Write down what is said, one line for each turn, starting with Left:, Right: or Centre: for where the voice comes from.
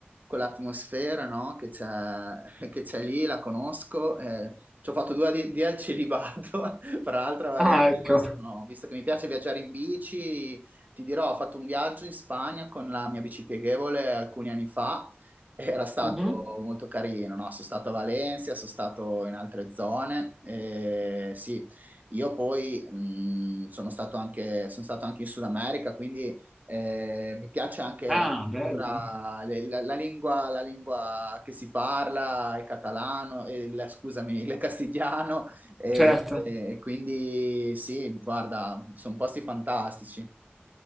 Right: quell'atmosfera, no, che c'è che c'è lì, la conosco. eh, ci ho fatto due adi- di al celibato, <laughs> fra l'altro a Valencia,
Centre: Ah, ecco.
Right: ma sono- visto che mi piace viaggiare in bici, ti dirò, ho fatto un viaggio in Spagna con la mia bici pieghevole alcuni anni fa. Era stato
Centre: Mhm.
Right: molto carino, no? Sono stato a Valencia, sono stato in altre zone, eh, sì, io poi mh, sono stato anche, sono stato anche in Sud America, quindi eh, mi piace anche
Centre: Ah,
Right: la cultura,
Centre: bello.
Right: le- la, la lingua, la lingua che si parla, il catalano, il, scusami, il castigliano, e,
Centre: Certo.
Right: e quindi sì, guarda, sono posti fantastici.